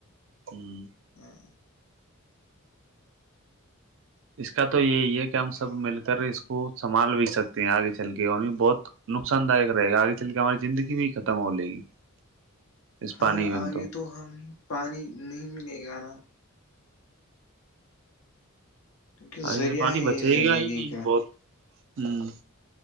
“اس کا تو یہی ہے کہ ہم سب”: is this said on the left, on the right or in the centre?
Right